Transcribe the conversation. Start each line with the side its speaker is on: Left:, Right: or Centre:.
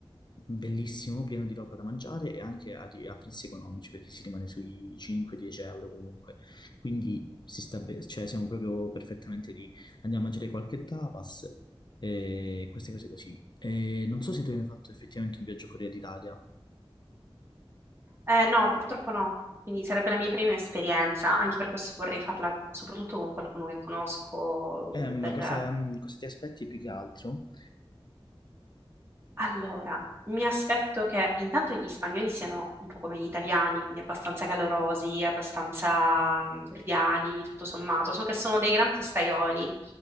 Left: bellissimo, pieno di roba da mangiare e anche a, di- a prezzi economici perché si rimane sui 5-10 euro comunque. Quindi si sta be- cioè, siamo proprio perfettamente lì. Andiamo a mangiare qualche tapas e queste cose così. E non so se tu hai mai fatto effettivamente un viaggio fuori d'Italia.
Right: Eh, no, purtroppo no, quindi sarebbe la mia prima esperienza, anche per questo vorrei farla soprattutto con qualcuno che conosco
Left: Eh, ma
Right: per,
Left: cosa, mm, cosa ti aspetti più che altro?
Right: Allora, mi aspetto che intanto gli spagnoli siano un po' come gli italiani, quindi abbastanza calorosi, abbastanza mm, cordiali, tutto sommato. So che sono dei gran festaioli.